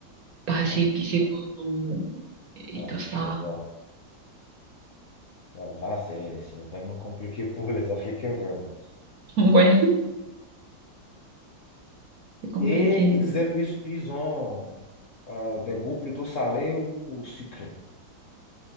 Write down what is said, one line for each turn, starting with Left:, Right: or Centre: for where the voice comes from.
Right: pas assez
Left: ouais,
Right: épicées pour nous. Et
Left: ouais,
Right: tout ça.
Left: je vois. Ouais, là, c'est, c'est vraiment compliqué pour les Africains, vraiment.
Right: <laughs> Ouais, c'est compliqué.
Left: Et ils aiment, ils, ils ont. Euh, des goûts plutôt salés ou, ou sucrés.